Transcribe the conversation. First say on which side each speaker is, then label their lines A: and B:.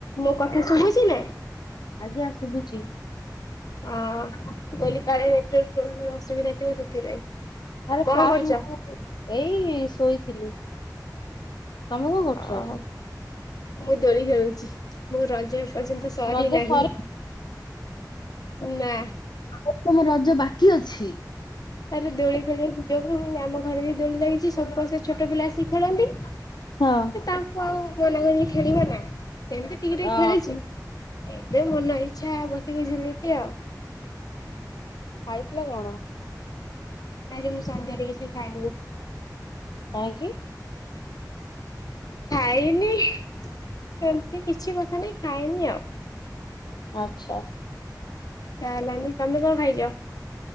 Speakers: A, on the left; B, on the left.
A: ମୋ କଥା ଶୁଭୁଛି ନା?
B: ଆଜ୍ଞା ଶୁଭୁଛି।
A: ହଁ ମୁଁ କହିଲି କାଳେତୋ ଫୋନରେ ଅସୁବିଧା ଥିବ ସେଥିପାଇଁ।
B: ଆରେ
A: କଣ
B: ଫାଷ୍ଟ
A: କରୁଛ?
B: ମୁଁ କ ଏଇ ଶୋଇଥିଲି। ତମେ କଣ କରୁଛ?
A: ଓହୋ ମୁଁ ଦୋଳି ଖେଳୁଛି ମଁ ରଜ ଏ ପର୍ଯ୍ୟନ୍ତ ସରିନାହିଁ
B: ରଜ ସରି
A: ନା।
B: ଆ ତମ ରଜ ବାକି ଅଛି?
A: ତାରେ ଦୋଳି ଖେଳିବାକୁ ଯିବାକୁ ଆମ ଘରେ ଯଉ ଦୋଳି ଲାଗିଛି ସବୁପା ସେଇ ଛୋଟ ପିଲା ଆସିକି ଖେଳନ୍ତି।
B: ହଁ।
A: ତ ତାଙ୍କୁ ଆଉ ମନା କରିକି ଖେଳିବ ନା ସେମତି ଟିକେ ଟିକେ
B: ଅ
A: ଖେଳିଚି ଏବେ ମନ ଇଚ୍ଛା ବସିକି ଝୁଲୁଚି ଆଉ।
B: ଖାଇଥିଲା କଣ?
A: ନାଇଁ ଯେ ମୁଁ ସନ୍ଧ୍ୟାରେ କିଛି ଖାଇନି।
B: କାହିଁକି?
A: ଖାଇନି ସେମିତି କିଛି କଥା ନାଇଁ ଖାଇନି ଆଉ।
B: ଆଚ୍ଛା।
A: ଇଚ୍ଛା ହେଲାନି ତମେ କଣ ଖାଇଚ?